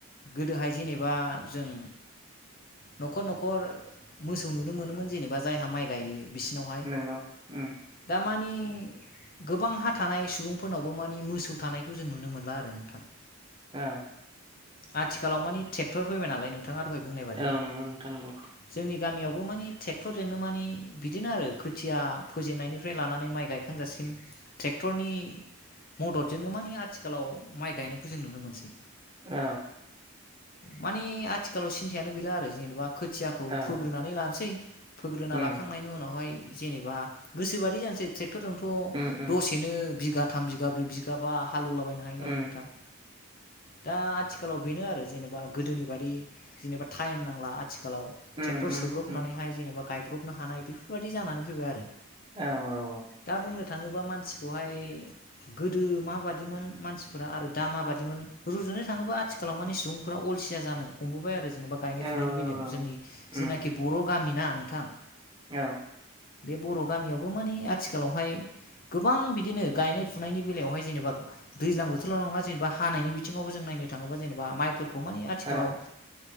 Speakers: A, on the left; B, on the right.
A: गोदोहाय जेनेबा जों न'खर न'खर मोसौ नुनो मोनोमोन जेनेबा जायहा माइ गायो बिसिनावहाय
B: हेल ओम।
A: दा मानि गोबां हा थानाय सुबुंफोरनावबो मानि मोसौ थानायखौ जों नुनो मोनला आरो नोंथां।
B: औ
A: आथिखालाव मानि ट्रेक्टर फैबाय नालाय नों थाङा दहाय बुंनाय बादि
B: औ नंगौ नोंथां नंगौ
A: जोंनि गामियावबो मानि टेक्टरजोंनो मानि बिदिनो आरो खोथि खोथिया फोजेननायनिफ्राय लानानै माइ गायखांजासिम ट्रेक्टरनि मददजोंनो मानि आथिखालाव माइ गायनायखौ जों नुनो मोनसै।
B: औ।
A: मानि आथिखालाव सिन्थायानो गैला आरो जेनेबा। खोथियाखौ
B: औ
A: फोग्रोनानै लानोसै फोग्रोना
B: उम
A: लाखांनायनि उनावहाय। जेनेबा गोसोबादि जानोसै ट्रेक्टरजोंथ'
B: उम उम
A: दसेनो बिघा। थाम बिगा ब्रै बिगाब बा हालेवलाबायनो हायो नालाय
B: उम
A: नोंथां। दा आथिखालाव बेनो आरो जेनेबा गोदोनि बादि जेनेबा टाइम नांला। आथिखालाव
B: उम
A: ट्रेक्टर
B: उम
A: सोब्रबनानैहाय
B: उम
A: जेनेबा गायब्रबनो हानाय बेफोरबायदि जानानै फैबाय आरो
B: औ औ औ
A: दा बुंनो थाङोबा मानसिखौहाय गोदो माबादि मोन मानसिफोरा आरो दा माबादिमोन रुजु नो थाङोबा आथिखालाव माने सुबुंफोरा अलसिया जानो हमबोबाय आरो जेनेबा गायनाय
B: औ
A: फुनायनि बेलायाव
B: औ
A: जोंनि
B: उम
A: जेनाखि बर गामिना नोंथां
B: औ
A: बे बर गामियावबो माने आथिखालावहाय गोबां बिदिनो गायनाय फुनायनि बेलायावहाय जेनेबा दैज्लां बोथोराव नङा जेनेबा हानायनि बिथिङावबो जों नायनो थाङोबा जेनेबा माइफोरखौ माने आथिखालाव
B: औ
A: ओ